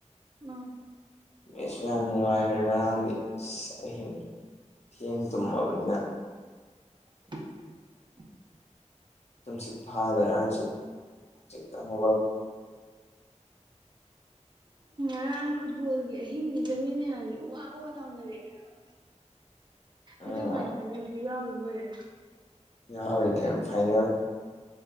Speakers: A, on the right; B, on the left.
A: ꯎ
B: ꯃꯤꯁꯨ ꯌꯥꯝ ꯅꯨꯡꯉꯥꯏꯈ꯭ꯔꯦ ꯉꯔꯥꯡꯗꯤ ꯑꯁ ꯑꯍꯤꯡ ꯊꯦꯡ ꯇꯨꯝꯃꯕꯅꯤꯅ
A: <unintelligible>
B: ꯑꯗꯨꯨꯝꯁꯤꯠ ꯐꯥꯔꯦ ꯍꯧꯖꯤꯛ ꯍꯧꯖꯤꯛꯇꯪꯗꯕ
A: ꯑ ꯐꯨꯠꯕꯣꯜꯒꯤ ꯑꯍꯤꯡꯒꯤꯁ ꯃꯤ ꯃꯌꯥꯝꯁꯦ ꯎ ꯋꯥ ꯋꯥ ꯂꯥꯎꯅꯔꯛꯑꯦ ꯍꯥꯏꯕ
B: ꯎꯝ
A: ꯑꯗꯨ ꯉꯥꯏꯀꯦ ꯅꯪꯁꯨ ꯌꯥꯎꯔꯨꯕꯣꯏꯔꯦ
B: ꯌꯥꯎꯔꯤꯅꯦ ꯐꯥꯏꯅꯦꯜ